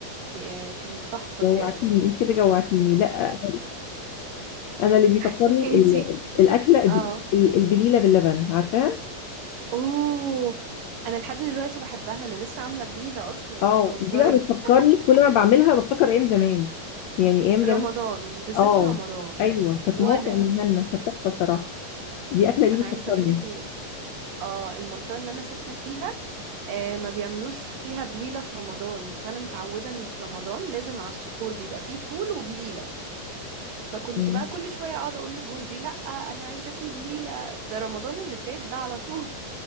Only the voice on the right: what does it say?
يا- كانت تحفة
بجد
<laughs> انتي
اه
اوه انا لحد دلوقتي بحبها انا لسه عاملة بليلة اصلا
بتهزري
رمضان بالذات
في رمضان
وانا
انا
عايزة اقولك ال... اه المنطقة اللي انا ساكنة فيها آه ما بيعملوش فيها بليلة في رمضان فانا متعودة ان في رمضان لازم على السحور بيبقى فيه فول وبليلة فكنت
بقى كل شوية اقعد اقول لجوزي لا انا عايزة اكل بليلة ده رمضان اللي فات ده على طول